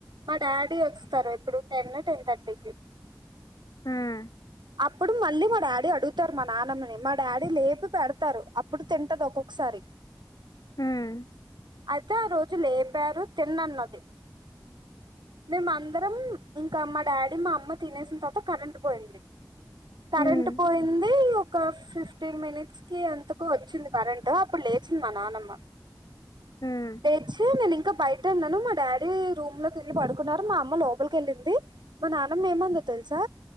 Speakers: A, on the right; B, on the left.
A: మా డాడీ వస్తారు ఎప్పుడు టెన్ టెన్ థర్టీకి
B: హ్మ్
A: అప్పుడు మళ్ళీ మా డాడీ అడుగుతారు మా నాన్నమ్మని మా డాడీ లేపి పెడతారు అప్పుడు తింటది ఒక్కొక్కసారి
B: హ్మ్
A: అయితే ఆ రోజు లేపారు తిన్నన్నది మేమందరం ఇంకా మా డాడీ మా అమ్మ తినేసిన తర్వాత కరెంటు పోయింది కరెంట్
B: ఉమ్
A: పోయింది ఒక ఫిఫ్టీన్ మినిట్స్ కి ఎంతకొ వచ్చింది కరెంట్ అప్పుడు లేచింది మా నానమ్మ
B: ఉమ్
A: లేచి నేనింకా బయటె ఉన్నాను మా డాడీ రూమ్ లో తిళ్ళ పడుకున్నారు మా అమ్మ లోపలికి వెళ్ళింది మా నాన్నమ్మ ఏమనిందో తెలుసా